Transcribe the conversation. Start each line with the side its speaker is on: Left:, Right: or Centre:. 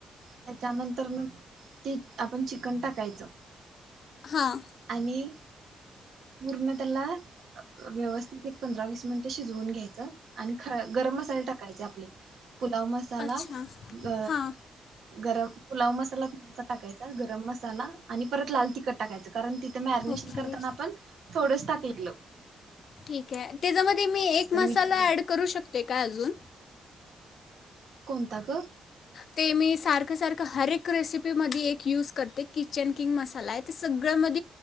Right: त्याच्यानंतर न ते आपण चिकन टाकायचं
Left: हां
Right: आणि पूर्ण त्याला व्यवस्थित एक पंधरा वीस मिनिट शिजवून घ्यायचं आणि ख गरम मसाले टाकायचे आपले पुलाव मसाला
Left: अच्छा
Right: ज
Left: हां
Right: गरम पुलाव मसाला तुप टाकायचा गरम मसाला आणि परत लाल तिखट टाकायच कारण ती ते मॅर्निश
Left: ओके
Right: करताना आपण थोडस टाक पिट लावून
Left: ठीक आहे त्याच्यामध्ये मी एक मसाला
Right: मीठ वगैरे
Left: ऍड करू शकते काय अजून?
Right: कोणता गं
Left: ते मी सारखं-सारखं हर एक रेसिपी मध्ये एक यूज करते किचन किंग मसाला आहे ते सगळ्या मधी